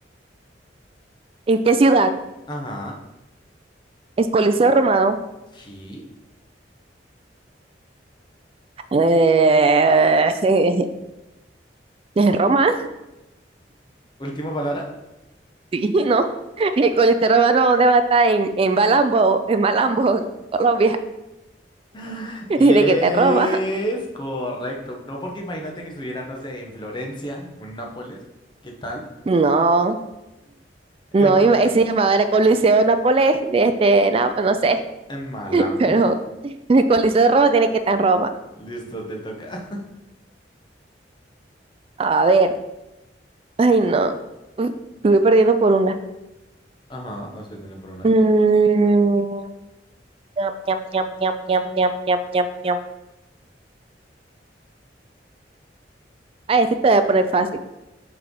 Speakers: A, on the right; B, on the left.
A: ¿En qué ciudad?
B: Ajá.
A: ¿Es Coliseo Romano?
B: Sí.
A: Eh, <laughs> ¿en Roma?
B: Última palabra.
A: Sí, ¿no? ¿El Coliseo Romano dónde va a estar? En, en Malambo, en Malambo, en Colombia.
B: <laughs> Y
A: <laughs> ¿De
B: es
A: qué te Roma?
B: correcto. No, porque imagínate que estuviera, no sé, en Florencia o en Nápoles. ¿Qué tal?
A: No. No,
B: En Florencia.
A: iba- se llamaba era Coliseo Nápoles, de este, na- no sé,
B: En Malambo.
A: pero el Coliseo de Roma tiene que estar en Roma.
B: <laughs> Listo, te toca.
A: A ver. Ay, no. Uf, Estuve perdiendo por una.
B: Ajá, vas perdiendo por una.
A: Mm, ñam, ñam, ñam, ñam, ñam, ñam. Ah, este te voy a poner fácil.